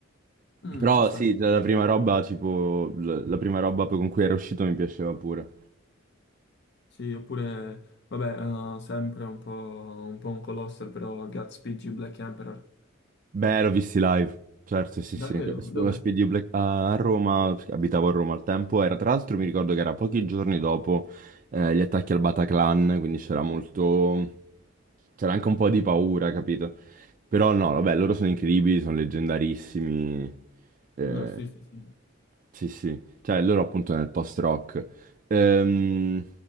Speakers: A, on the left (about 55°); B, on the right (about 40°).
A: mm,
B: Però
A: ci sta,
B: sì,
A: ci sta.
B: la la prima roba, tipo, la la prima roba con cui era uscito mi piaceva pure.
A: Sì, oppure, vabbè, eh, sempre un po', un po' un colossal, però Gatsby G Black Emperor.
B: Beh, l'ho visti live, certo, sì,
A: Davvero?
B: sì,
A: Dov'è?
B: Lo Spd Black a a Roma, perché abitavo a Roma al tempo, era tra l'altro mi ricordo che era pochi giorni dopo eh, gli attacchi al Bataclan, quindi c'era molto, c'era anche un po' di paura, capito? Però no, vabbè, loro sono incredibili, sono leggendarissimi, eh,
A: No, sì, sì, sì.
B: sì, sì, cioè loro appunto nel post-rock. Ehm,